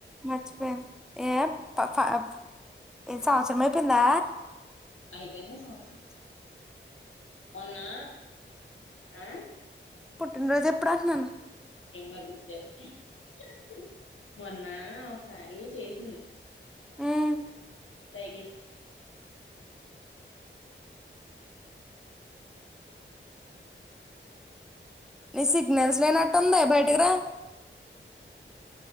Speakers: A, in the centre; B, on the left (about 80°).
A: మర్చిపోయాను ఏ పాప అ సంవత్సరం అయిపోయిందా?
B: అయిపోయింది సంవత్సరం
A: ఆ
B: మొన్నా ఆ
A: పుట్టిన రోజు ఎప్పుడంటున్నాను
B: ఏం మా గుట్లేదు హ్హ్ మొన్న ఒకసారి చేసింది.
A: ఉమ్
B: దైర్యం
A: నీ సిగ్నల్స్ లేనట్టుంది బయటకిరా